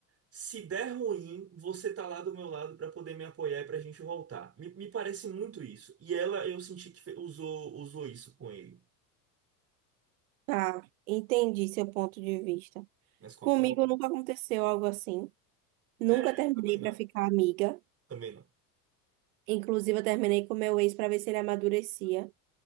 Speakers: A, on the right; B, on the right.
A: Se der ruim, você tá lá do meu lado pra poder me apoiar e pra gente voltar. Me, me parece muito isso. E ela, eu senti que fe- usou, usou isso com ele.
B: Tá, entendi seu ponto de vista.
A: Mas concordo?
B: Comigo nunca aconteceu algo assim. Nunca
A: É,
B: terminei
A: também
B: pra
A: não.
B: ficar amiga.
A: Também não.
B: Inclusive, eu terminei com meu ex pra ver se ele amadurecia.